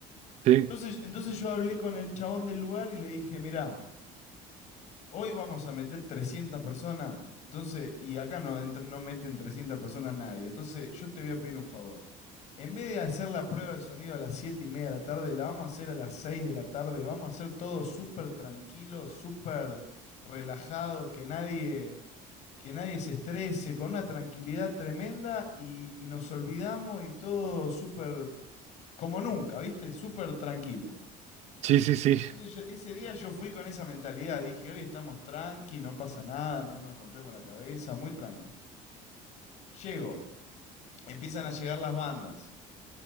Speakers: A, on the right; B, on the left.
A: sí,
B: Entonces, entonces yo hablé con el chabón del lugar y le dije, mirá, hoy vamos a meter 300 personas, entonces, y acá no, entra- no meten 300 personas nadie, entonces yo te voy a pedir un favor. En vez de hacer la prueba de sonido a las 7 y media de la tarde, la vamos a hacer a las 6 de la tarde, vamos a hacer todo súper tranquilo, súper relajado, que nadie que nadie se estrese, con una tranquilidad tremenda y, y nos olvidamos y todo súper, como nunca, ¿viste? Súper tranquilo.
A: sí, sí, sí,
B: Entonces yo- ese día yo fui con esa mentalidad, dije, hoy estamos tranqui, no pasa nada, no nos rompemos la cabeza, muy tranqui. Llego, empiezan a llegar las bandas.